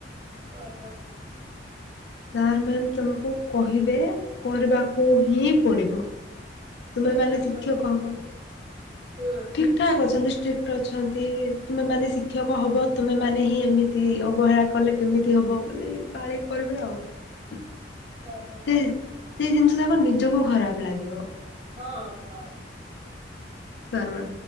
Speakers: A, on the right; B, on the left.
A: ଓହୋ।
B: ସାର ମ୍ୟାମ୍ ତମକୁ କହିବେ କରିବାକୁ ହିଁ ପଡିବ। ତୁମେମାନେ
A: କେମିତି ଅଛନ୍ତି?
B: ଶିକ୍ଷକ ହବ
A: ହୁଁ
B: ଠିକ ଠାକ ଅଛନ୍ତି ଷ୍ଟ୍ରି ଟ ଅଛନ୍ତି ତୁମେ ମାନେ ଶିକ୍ଷକ ହବ ତୁମେ ମାନେ ହିଁ ଏମିତି ଅବହେଳା କଲେ କେମିତି ହବ। ବୋଲି ଗାଳି କରିବେ ଆଉ।
A: ଓହୋ।
B: ସେ ସେଇ ଜିନିଷ ଯାକ ନିଜକୁ ଖରାପ ଲାଗିବ।
A: ହଁ ହଁ।
B: ତାରା